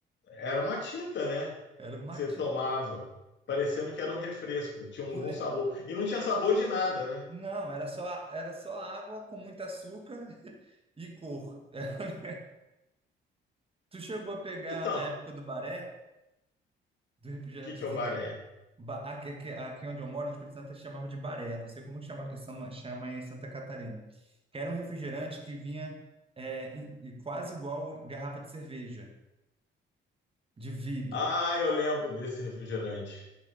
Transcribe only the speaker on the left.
era uma tinta, né?
Que você
tomava, parecendo que era um refresco, tinha algum
sabor. E não tinha sabor de nada, né?
Então,
o
que que é o baré?
Ah, eu lembro desse refrigerante.